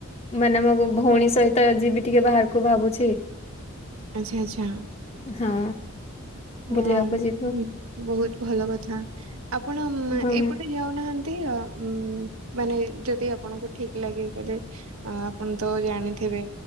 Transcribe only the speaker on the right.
ଆଚ୍ଛା ଆଚ୍ଛା।
ହଁ
ବହୁତ ଭଲ କଥା ଆପଣ
ଏଇପଟେ ଯାଉନାହାନ୍ତି। ନ୍ତୀ ମାନେଯଦି ଆପଣଙ୍କୁ ଠିକ ଲାଗେ କଲେ ଆପଣ ତ ଜାଣିଥିବେ